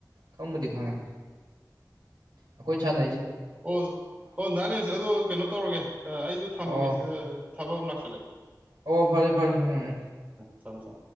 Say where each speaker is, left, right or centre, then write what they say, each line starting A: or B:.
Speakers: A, on the right (about 80°); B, on the right (about 20°).
A: ꯈꯪꯕꯨꯗꯤ
B: ꯎꯝ,
A: ꯈꯪꯉꯦ ꯑꯩꯈꯣꯏ ꯁꯥꯟ
B: ꯑꯣ ꯑꯣ ꯅꯍꯥꯟꯅꯦꯁꯗ ꯑꯗꯣ ꯀꯩꯅꯣ ꯇꯧꯔꯒꯦ ꯑꯩꯗꯣ ꯊꯝꯃꯒꯦ
A: ꯑꯣ
B: ꯁꯤꯗ ꯊꯕꯅꯁꯦ
A: ꯑꯣ ꯐꯔꯦ ꯐꯔꯦ ꯎꯝ
B: ꯆ ꯆꯣ